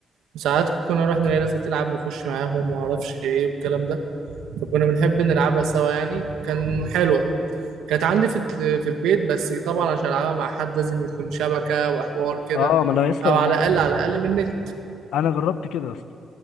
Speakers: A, on the right (about 80°); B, on the left (about 80°).
A: وساعات كنا نروح نلاقي ناس بتلعب نخش معاهم وما اعرفش ايه والكلام ده فكنا بنحب نلعبها سوا يعني كان حلوة كانت عندي في في البيت بس طبعا عشان العبها مع حد لازم يكون شبكة وحوار كده
B: اه ما انا يا اسطى
A: او على
B: ما-
A: الاقل على الاقل من النت
B: انا جربت كده يا اسطى